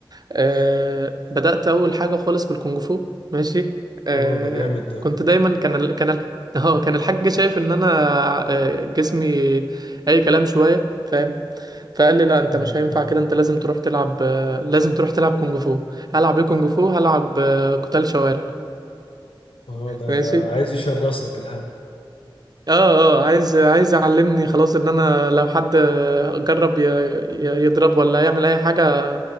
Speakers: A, on the right; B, on the left.
A: آه، بدات اول حاجه خالص بالكونغ فو ماشي آه،
B: اهو ده جامد ده
A: كنت دايما كان ال- كان <laughs> اه كان الحاج شايف ان انا آه، جسمي اي كلام شويه فاهم فقال لي لا انت
B: مم،
A: مش هينفع
B: فاهم
A: كده انت لازم تروح تلعب آه، لازم تروح تلعب كونج فو هلعب ايه كونج فو هلعب آه، قتال شوارع
B: اهو ده
A: ماشي
B: ده عايز يشرسك الحاج
A: اه اه عايز عايز يعلمني خلاص ان انا لو حد آه، جرب ي- ي- يضرب ولا يعمل اي حاجه